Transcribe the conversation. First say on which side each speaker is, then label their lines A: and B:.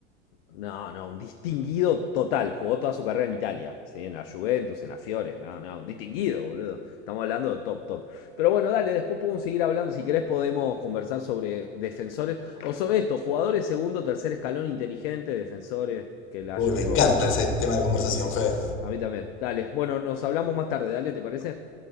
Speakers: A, on the left; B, on the left.
A: No, no, un distinguido total. Jugó toda su carrera en Italia. ¿sí? En la Juventus, en la Fiore. No, no, un distinguido, boludo. Estamos hablando de top, top. Pero bueno, dale, después podemos seguir hablando. Si querés, podemos conversar sobre defensores. O sobre esto, jugadores segundo, tercer escalón, inteligentes, defensores que la
B: Uy,
A: hayan
B: me encanta
A: roto toda.
B: ese tema de conversación, Fede.
A: A mí también. Dale. Bueno, nos hablamos más tarde. Dale, ¿te parece?